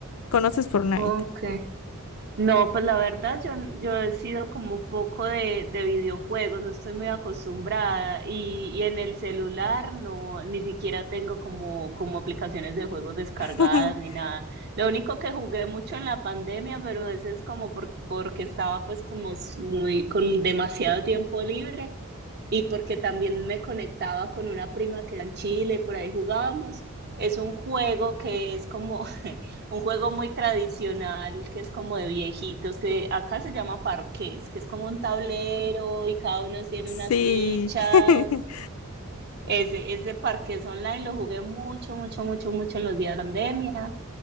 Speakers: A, on the left; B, on the right.
A: ¿Conoces Fortnite?
B: Ok. No, pues la verdad yo, yo he sido como un poco de, de videojuegos, no estoy muy acostumbrada y, y en el celular no, ni siquiera tengo como, como aplicaciones de juegos descargadas
A: <laughs>
B: ni nada. Lo único que jugué mucho en la pandemia, pero ese es como por- porque estaba pues como s- muy con demasiado tiempo libre y porque también me conectaba con una prima que era en Chile, por ahí jugábamos. Es un juego que es como... <laughs> un juego muy tradicional que es como de viejitos, que acá se llama parqués, que es como un tablero y cada uno tiene unas
A: Sí.
B: fichas
A: <laughs>
B: ese, ese parqués online lo jugué mucho, mucho, mucho, mucho en los días de pandemia.